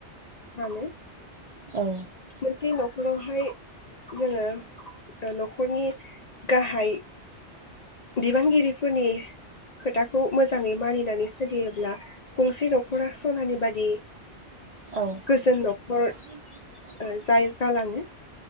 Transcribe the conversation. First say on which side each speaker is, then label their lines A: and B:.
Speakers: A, on the left (about 50°); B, on the right (about 50°).
A: सानो
B: औ
A: मोनसे न'खराव बेवहाय जोङो ओ न'खरनि गाहाय बिबानगिरिफोरनि खोथाखौ मोजाङै मानिनानै सोलियोब्ला गंसे न'खरा सनानि बादि
B: औ
A: गोजोन न'खर
B: <unintelligible>
A: ओ जाय जालाङो।